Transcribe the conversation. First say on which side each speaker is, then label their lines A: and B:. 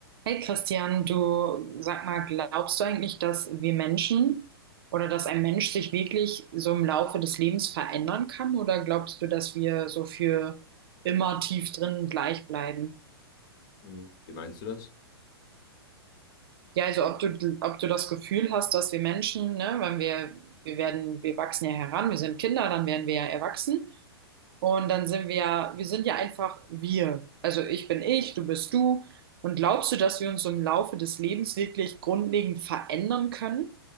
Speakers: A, on the right; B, on the left.
A: Hey Christian, du sag mal, glaubst du eigentlich, dass wir Menschen oder dass ein Mensch sich wirklich so im Laufe des Lebens verändern kann? Oder glaubst du, dass wir so für immer tief drin gleich bleiben?
B: Mhm. Wie meinst du das?
A: Ja, also ob du, ob du das Gefühl hast, dass wir Menschen, ne, wenn wir, wir werden, wir wachsen ja heran, wir sind Kinder, dann werden wir ja erwachsen. Und dann sind wir ja, wir sind ja einfach wir. Also ich bin ich, du bist du. Und glaubst du, dass wir uns im Laufe des Lebens wirklich grundlegend verändern können?